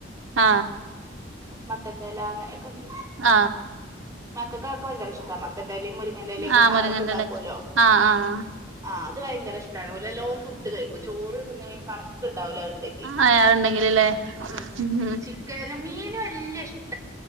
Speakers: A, on the right (about 80°); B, on the right (about 15°).
A: ആ
B: മത്തന്റെ എല അങ്ങനെയൊക്കെ ഉണ്ട്
A: ആ
B: മക്കൾക്കൊക്കെ ഭയങ്കര ഇഷ്ട മത്തൻ്റല മുരുങ്ങന്റെല ഒക്കെ
A: ആഹ്
B: താളിപ്പ്
A: മുരിങ്ങന്റെലൊക്കെ
B: ഉണ്ടാക്കുല്ലോ
A: ആഹ് ആഹ്
B: ആ അത് ഭയങ്കര ഇഷ്ടാണ് ഓല്‌ നല്ലോ ഫുഡ് കഴിക്കും ചോറ് തിന്ന് ണെക്കാളും ണ്ടാവലോ അത്ണ്ടെങ്കി
A: ആഹ് അതുണ്ടെങ്കിലല്ലേ
B: ഉ
A: ഉം
B: ചിക്കനും മീന് വല്ല്യ ഇഷ്ട